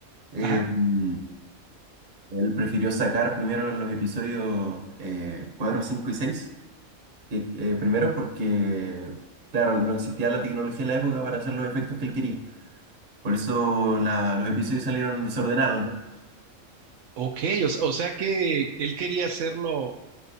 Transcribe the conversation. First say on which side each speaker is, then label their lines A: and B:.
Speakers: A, on the right (about 40°); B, on the right (about 70°).
A: eh,
B: Ajá.
A: mm, él prefirió sacar primero los episodios eh, 4, 5 y 6 que, que primero porque, claro, no existía la tecnología en la época para hacer los efectos que él quería. Por eso la- los episodios salieron desordenados, ¿no?
B: Ok, o, s- o sea que él quería hacerlo